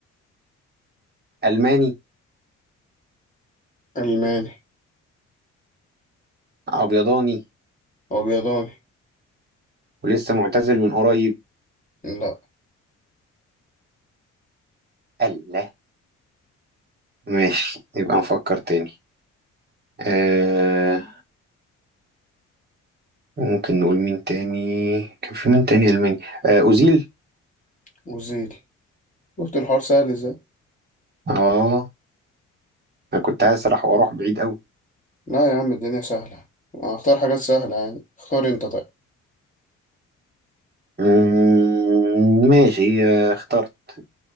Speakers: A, on the right (about 35°); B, on the left (about 25°).
A: ألماني
B: ألماني
A: أبيضاني
B: أبيضاني
A: ولسه معتزل من قريب
B: لا
A: الله ماشي يبقى نفكر تاني آه، ممكن نقول مين تاني كان في مين تاني ألماني آه، أوزيل
B: وزيري شفت الحوار سهل إزاي؟
A: آه أنا كنت هسرح وأروح بعيد أوي
B: لا يا عم الدنيا سهلة هختار حاجات سهلة يعني اختار أنت طيب
A: مم، ماشي آه، اخترت